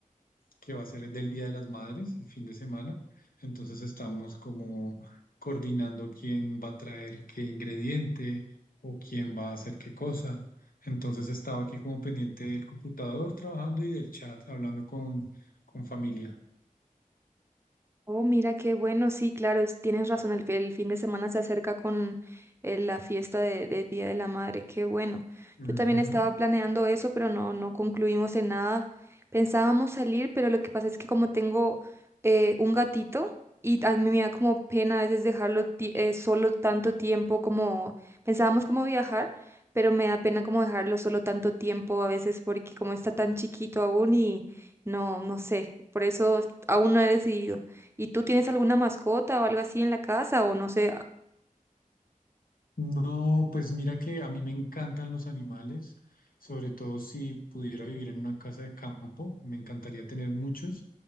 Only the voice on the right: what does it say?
Oh, mira qué bueno, sí, claro, es- tienes razón, el, fi- el fin de semana se acerca con eh, la fiesta de, de Día de la Madre, qué bueno.
Yo también estaba planeando eso, pero no, no concluimos en nada. Pensábamos salir, pero lo que pasa es que como tengo eh, un gatito y a mí me da como pena a veces dejarlo ti- eh, solo tanto tiempo, como pensábamos como viajar, pero me da pena como dejarlo solo tanto tiempo a veces porque como está tan chiquito aún y no, no sé, por eso aún no he decidido. ¿Y tú tienes alguna mascota o algo así en la casa o no sé? a-